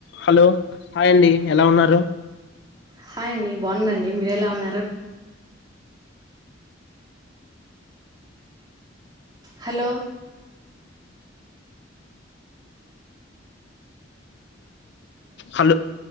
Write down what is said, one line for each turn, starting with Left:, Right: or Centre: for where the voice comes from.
Left: Hello hi అండి ఎలా ఉన్నారు
Right: హాయండి బాగుందండి మీరు ఎలా ఉన్నారు హలో
Left: హలో